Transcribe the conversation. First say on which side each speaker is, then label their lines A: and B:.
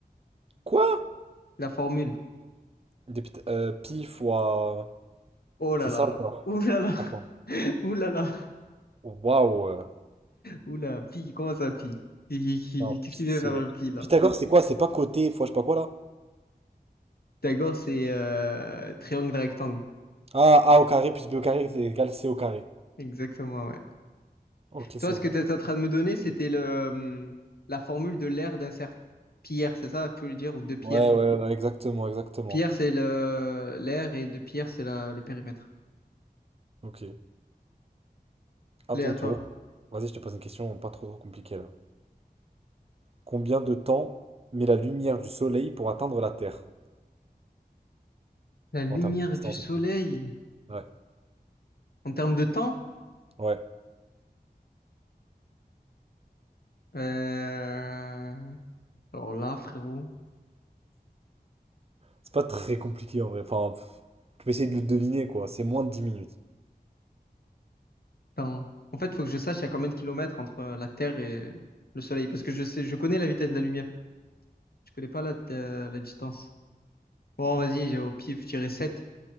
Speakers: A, on the right (about 35°); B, on the left (about 70°).
A: Quoi?
B: La formule.
A: Depuis, euh, pi fois...
B: Oh là
A: C'est
B: là.
A: ça ou quoi?
B: Ouh là là.
A: Attends.
B: <laughs> Ouh là là.
A: Waouh! euh,
B: Ouh là. Pi. Comment ça, pi? Qui- qui-
A: Non,
B: Qu'est-ce
A: pi
B: qu'il
A: c'est...
B: vient faire le pi là?
A: Pythagore c'est quoi? C'est pas côté fois je sais pas quoi là?
B: Pythagore, c'est euh, triangle rectangle.
A: Ah, a au carré plus b au carré c'est égal c au carré.
B: Exactement, ouais.
A: Ok, c'est
B: Toi, ce
A: bon.
B: que tu étais en train de me donner, c'était le, hum, la formule de l'aire d'un cercle. Pierre, c'est ça que tu voulais dire? Ou de Pierre.
A: Ouais, ouais, ouais, exactement, exactement.
B: Pierre, c'est le l'air et de pierre, c'est la- le périmètre.
A: Ok. À
B: Allez,
A: ton
B: à
A: tour.
B: toi.
A: Vas-y, je te pose une question pas trop, trop compliquée là. Combien de temps met la lumière du soleil pour atteindre la Terre?
B: La lumière
A: En termes de distance
B: du soleil.
A: et tout. Ouais.
B: En termes de temps,
A: Ouais.
B: euh, alors là, frérot,
A: C'est pas très compliqué en vrai. Enfin, pff, tu peux essayer de le deviner quoi. C'est moins de 10 minutes.
B: temps. En fait, faut que je sache il y a combien de kilomètres entre euh, la Terre et le soleil, parce que je sais, je connais la vitesse de la lumière. Je connais pas la, euh, la distance. Bon, vas-y, j'ai au pif, je dirais 7.